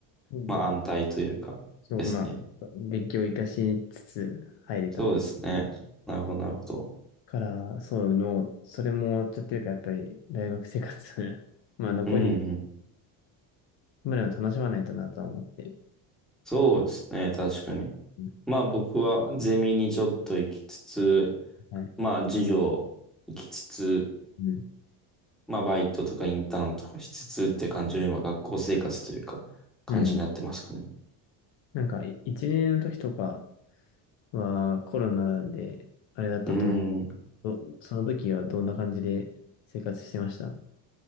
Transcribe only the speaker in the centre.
まあ、安泰というか、
ですね。
そうですね。なるほど、なるほど。
うんうん。
そうですね。確かに。
まあ、僕はゼミにちょっと行きつつ、
まあ、授業行きつつ、
まあ、バイトとかインターンとかしつつって感じの今、学校生活というか、感じになってますかね。
うん。